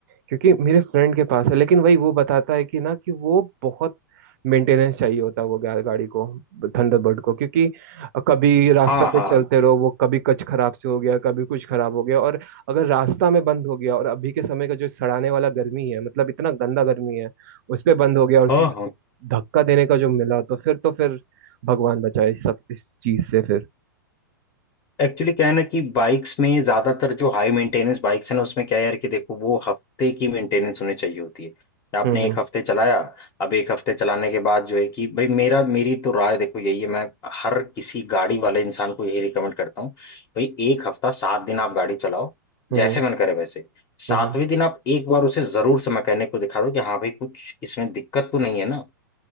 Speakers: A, on the right; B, on the left.
A: क्योंकि मेरे फ्रेंड के पास है लेकिन वही वो बताता है कि ना कि वो बहुत मेंटेनेंस चाहिए होता है वो गा- गाड़ी को थंडरबर्ड को क्योंकि कभी रास्ता
B: हाँ
A: पे
B: हाँ
A: चलते रहो वो कभी कुछ खराब से हो गया कभी कुछ खराब हो गया और अगर रास्ता में बंद हो गया और अभी के समय का जो सड़ाने वाला गर्मी है मतलब इतना गंदा गर्मी है उस पे बंद हो गया और उसके
B: हाँ
A: बाद
B: हाँ
A: धक्का देने का जो मिला तो फिर तो फिर भगवान बचाए इस सब इस चीज से फिर
B: एक्चुअली क्या है ना कि बाइक्स में ज्यादातर जो हाई मेंटेनेंस बाइक्स है ना उसमें क्या है यार कि देखो वो हफ्ते की मेंटेनेंस होनी चाहिए होती है कि आपने
A: हम्म हम्म
B: एक हफ्ते चलाया अब एक हफ्ते चलाने के बाद जो है कि भाई मेरा मेरी तो राय देखो यही है मैं हर किसी गाड़ी वाले इंसान को यही रिकमेंड करता हूँ भाई एक हफ्ता सात दिन आप गाड़ी चलाओ
A: हम्म
B: जैसे मन करे वैसे सातवें
A: हम्म हम्म
B: दिन आप एक बार उसे जरूर से मैकेनिक को दिखा दो कि हाँ भाई कुछ इसमें दिक्कत तो नहीं है ना